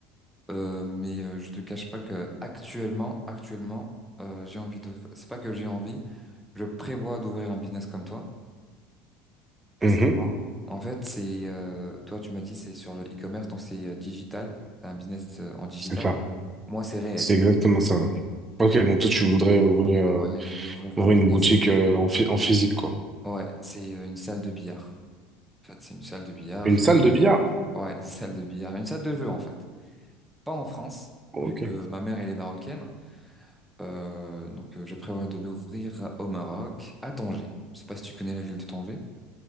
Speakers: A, in the centre; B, on the right.
A: Euh, mais euh, je te cache pas que actuellement, actuellement, euh, j'ai envie de. C'est pas que j'ai envie. Je prévois d'ouvrir un business comme toi, sincèrement.
B: Mhm.
A: En fait, c'est euh, toi, tu m'as dit, c'est sur le e-commerce, donc c'est euh, digital. C'est un business euh, en digital.
B: C'est ça.
A: Moi, c'est réel.
B: C'est exactement ça. ouais. Ok, donc toi, tu voudrais ouvrir, euh,
A: Ouais, je vais ouvrir un
B: ouvrir
A: business.
B: une boutique euh, en, phy- en physique, quoi.
A: Ouais, c'est euh, une salle de billard. En fait, c'est une salle de billard.
B: Une salle de billard?
A: Ouais, <laughs> une salle de billard, une salle de jeu en fait. Pas en France,
B: Ok.
A: vu que ma mère elle est marocaine. Euh, donc, euh, je prévois de l'ouvrir au Maroc, à Tanger. Je sais pas si tu connais la ville de Tanger.